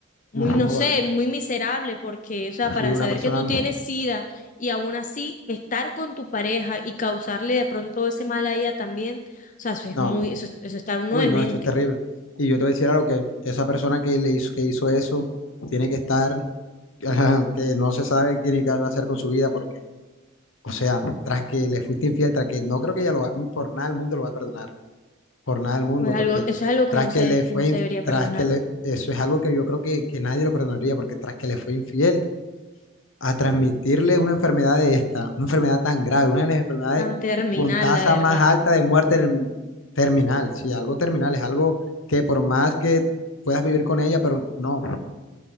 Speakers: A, on the left; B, on the left.
A: muy,
B: no
A: no
B: joda,
A: sé, muy miserable, porque, o sea, para
B: que una
A: saber
B: persona
A: que tú tienes SIDA y aún así estar con tu pareja y causarle de pronto ese mal a ella también, o sea, eso es
B: No,
A: muy, eso, es- eso es estar uno
B: uy,
A: demente.
B: no, eso es terrible. Y yo te voy a decir algo que esa persona que le hizo, que hizo eso tiene que estar, <laughs> que no se sabe qué tiene que hacer con su vida, porque, o sea, tras que le fuiste infiel, tras que no creo que ella lo va, por nada del mundo lo va a perdonar, por nada del mundo,
A: Es algo,
B: porque
A: eso es algo que
B: tras
A: no
B: que
A: se,
B: le fue,
A: que no se
B: inf-
A: debería
B: tras
A: perdonar
B: que le, eso es algo que yo creo que, que nadie lo perdonaría, porque tras que le fue infiel, a transmitirle una enfermedad de esta, una enfermedad tan grave, una de las enfermedades
A: tan terminal,
B: con tasa
A: la verdad.
B: más alta de muerte en el mundo. Terminal, sí, algo terminal, es algo que por más que puedas vivir con ella, pero no.